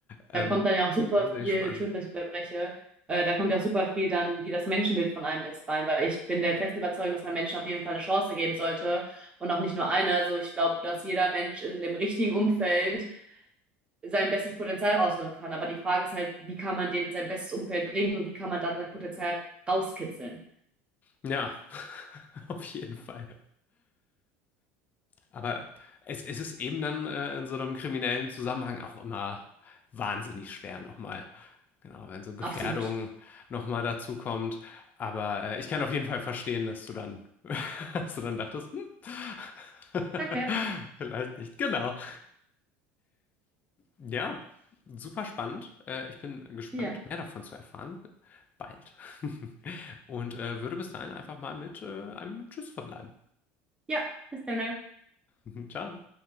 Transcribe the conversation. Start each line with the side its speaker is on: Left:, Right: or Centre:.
Left: Ähm,
Right: Da kommt dann ja auch super
Left: wahnsinnig
Right: viel,
Left: spannend.
Right: schön, dass ich unterbreche, äh, da kommt ja auch super viel dann, wie das Menschenbild von einem ist, rein, weil ich bin der festen Überzeugung, dass man Menschen auf jeden Fall eine Chance geben sollte und auch nicht nur eine. Also ich glaube, dass jeder Mensch in dem richtigen Umfeld sein bestes Potenzial rausholen kann. Aber die Frage ist halt, wie kann man den in sein bestes Umfeld bringen und wie kann man dann sein Potenzial rauskitzeln?
Left: Ja, <laughs> auf jeden Fall. Aber es, es ist eben dann äh, in so einem kriminellen Zusammenhang auch immer wahnsinnig schwer nochmal. Genau, wenn so Gefährdung
Right: Absolut.
Left: nochmal dazu kommt. Aber äh, ich kann auf jeden Fall verstehen, dass du dann, <laughs> dass du dann dachtest, hm, <laughs>
Right: Danke.
Left: vielleicht nicht. Genau. Ja, super spannend. Äh, ich bin gespannt,
Right: Ja.
Left: mehr davon zu erfahren. Bald. <laughs> Und äh, würde bis dahin einfach mal mit äh, einem Tschüss verbleiben.
Right: Ja, bis dann.
Left: <laughs> Ciao.